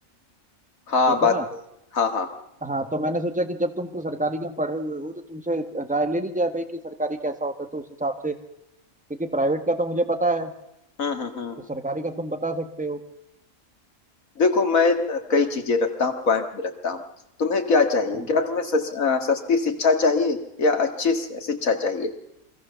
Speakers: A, on the left; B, in the centre.
A: हाँ
B: ठीक
A: बात
B: है ना
A: तो है। हाँ हाँ
B: हाँ तो मैंने सोचा कि जब तुम तो सरकारी के पढ़े हुए हो तो तुमसे राय ले ली जाए भाई कि सरकारी कैसा होता है तो उस हिसाब से क्योंकि प्राइवेट का तो मुझे पता है
A: हम्म हम्म हम्म
B: तो सरकारी का तुम बता सकते हो
A: देखो मैं कई चीजें रखता हूँ पॉइंट में रखता हूँ तुम्हें क्या चाहिए
B: हाँ।
A: क्या तुम्हें सस, अ, सस्ती शिक्षा चाहिए या अच्छी शि- शिक्षा चाहिए